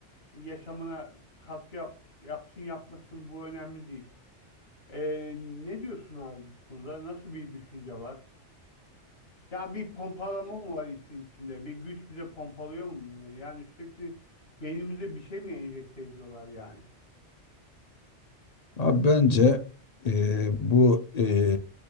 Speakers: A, on the left; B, on the left.
A: yaşamına katkı yap, yapsın yapmasın bu önemli değil. Ee, ne diyorsun abi bu konuda? Nasıl bir düşünce var? Ya bir pompalama mı var işin içinde? Bir güç bize pompalıyor mu bunları? Yani sürekli beynimize bir şey mi enjekte ediyorlar yani?
B: Abi bence e, bu e,